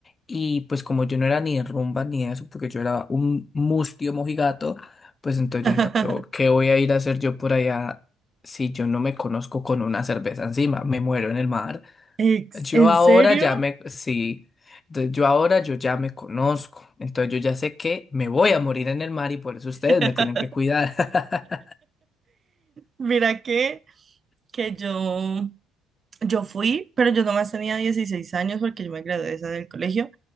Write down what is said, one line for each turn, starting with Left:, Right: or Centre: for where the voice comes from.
Left: Y pues como yo no era ni de rumba ni de eso, porque yo era un mustio mojigato, pues entonces
Right: <laughs>
Left: yo dije, no, ¿qué, qué voy a ir a hacer yo por allá? si yo no me conozco con una cerveza encima, me muero en el mar.
Right: ex-
Left: Yo
Right: ¿en
Left: ahora
Right: serio?
Left: ya me, sí, entonces yo ahora yo ya me conozco, entonces yo ya sé que me voy a morir en el mar y por eso ustedes
Right: <laughs>
Left: me tienen que cuidar. <laughs>
Right: Mira que, que yo Yo fui, pero yo nomás tenía 16 años porque yo me gradué de esa del colegio